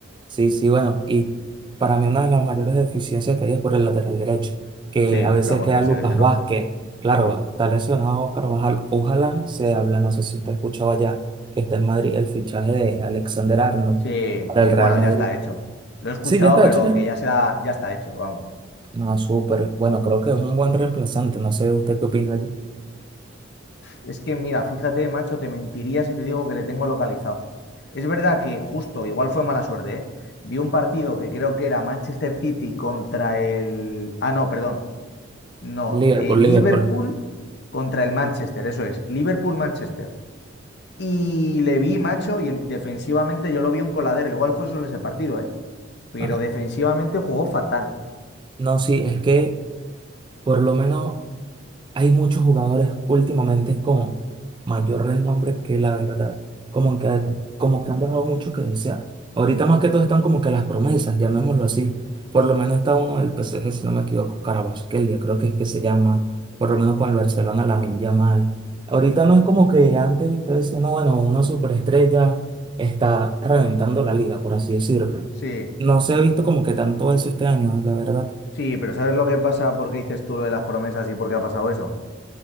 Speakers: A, on the right (about 25°); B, on the left (about 60°).
A: Sí, sí, bueno, y para mí una de las mayores deficiencias que hay es por el lateral derecho, que
B: Sí,
A: a veces
B: pero porque
A: queda
B: se
A: Lucas
B: lesionó.
A: Vázquez. Claro,
B: Sí,
A: está lesionado Carvajal, ojalá se habla, no sé si usted ha escuchado allá que está en Madrid el fichaje de Alexander Arnold
B: sí,
A: para
B: sí,
A: el Real
B: bueno,
A: Madrid.
B: ya está hecho. Lo he escuchado,
A: Sí, ya está
B: pero
A: hecho ya.
B: que ya será, ya está hecho, vamos.
A: No, súper. Bueno, creo que es un buen reemplazante, no sé usted qué opina allí.
B: Es que, mira, fíjate, macho, te mentiría si te digo que le tengo localizado. Es verdad que justo, igual fue mala suerte, ¿eh? Vi un partido que creo que era Manchester City contra el... Ah, no, perdón. No,
A: Liverpool,
B: eh, Liverpool
A: Liverpool.
B: contra el Manchester, eso es, Liverpool-Manchester. Y le vi, macho, y en- defensivamente yo lo vi un coladero, igual fue solo ese partido, ¿eh? Pero
A: Ajá.
B: defensivamente jugó fatal.
A: No, sí, es que por lo menos hay muchos jugadores últimamente como mayor renombre que la verdad, como que, han- como que han dejado mucho que desear. Ahorita más que todo están como que las promesas, llamémoslo así. Por lo menos está uno del PSG, si no me equivoco, Carabasquelia, creo que es que se llama, por lo menos con el Barcelona, Lamine Yamal. Ahorita no es como que antes ustedes decían, no, bueno, una superestrella está reventando la liga, por así decirlo.
B: Sí,
A: No se ha visto como que tanto eso este año, la verdad,
B: sí, pero ¿sabes lo que pasa? ¿Por qué dices tú lo de las promesas y por qué ha pasado eso?